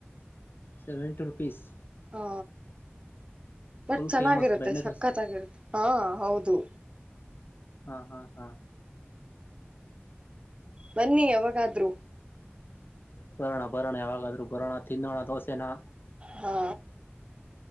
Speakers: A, on the left (about 55°); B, on the right (about 25°).
A: ಸೆವೆಂಟಿ ರು ಪಿಸಸ್
B: ಹಾ ಬಟ್
A: ಫುಲ್
B: ಚೆನ್ನಾಗಿರುತ್ತೆ
A: ಫೇಮಸ್ ಬೆಣ್ಣೆ
B: ಸಕ್ಕತ್ತಾಗಿರುತ್ತೆ
A: ದೋಸೆ
B: ಹಾ ಹೌದು
A: ಹಾ ಹಾ ಹಾ
B: ಬನ್ನಿ ಯಾವಾಗಾದ್ರು
A: ಬರೋಣ ಬರೋಣ ಯಾವಾಗಾದ್ರೂ ಬರೋಣ ತಿನ್ನೋಣ ದೋಸೆನಾ
B: ಹಾ